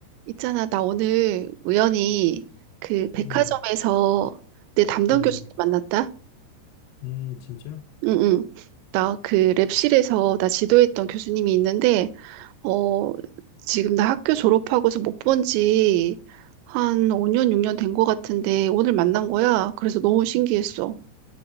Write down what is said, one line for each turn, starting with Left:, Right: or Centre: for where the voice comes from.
Right: 있잖아, 나 오늘 우연히 그 백화점에서
Left: 음,
Right: 내 담당
Left: 음,
Right: 교수님 만났다?
Left: 음, 진짜?
Right: 응, 응. 나 그 랩실에서 나 지도했던 교수님이 있는데, 어, 지금 나 학교 졸업하고서 못 본지 한 5년, 6년 된 것 같은데 오늘 만난 거야. 그래서 너무 신기했어.